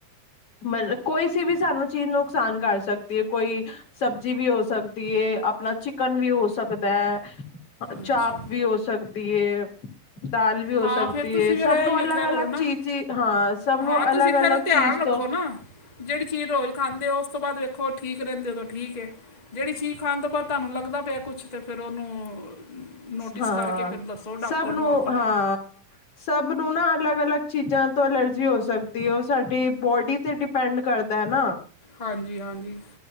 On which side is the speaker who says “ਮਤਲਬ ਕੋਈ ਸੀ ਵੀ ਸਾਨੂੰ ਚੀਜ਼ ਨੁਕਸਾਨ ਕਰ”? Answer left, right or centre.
Left